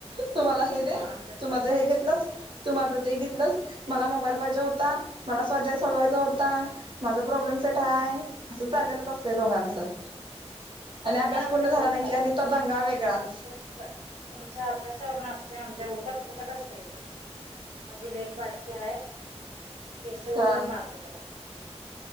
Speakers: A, on the right; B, on the right.
A: तुम्हाला हे दे
B: हा आमच्यात
A: तु
B: पण
A: माझं
B: सेम
A: हे
B: आहे
A: घेतलंस तु माझं ते घेतलंस. मला मोबाईल पाहिजे होता मला स्वाध्याय सोडवायचा होता. माझा प्रॉब्लेम सेट हाय असं चाललेलच असतंय दोघांचं
B: <unintelligible>
A: आणि अभ्यास
B: आमच्यात
A: पूर्ण झाला
B: रोज
A: नाही
B: चालू
A: की आणि
B: असते
A: तो दंगा वेगळाच
B: तुमच्या अभ्यासावर नाचत्याय आमच्या उकट फुकट असतय माझी लेक बारकी आहे तीची केस ओढून
A: हा
B: मारते त्याला.